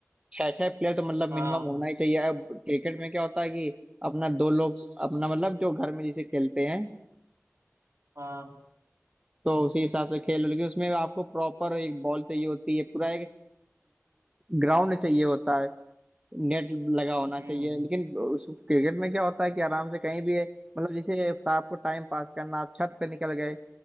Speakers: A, on the right; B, on the right.
A: छह छह प्लेयर तो मतलब मिनिमम
B: हाँ
A: होना ही चाहिए अब क्रिकेट में क्या होता है कि अपना दो लोग अपना मतलब जो घर में जैसे खेलते हैं
B: हाँ
A: तो उसी हिसाब से खेल लेकिन उसमें आपको प्रॉपर एक बॉल चाहिए होती है पूरा एक ग्राउंड चाहिए होता है नेट लगा होना
B: हम्म
A: चाहिए लेकिन उस क्रिकेट में क्या होता है कि आराम से कहीं भी है मतलब जैसे आपको टाइम पास करना आप छत पे निकल गए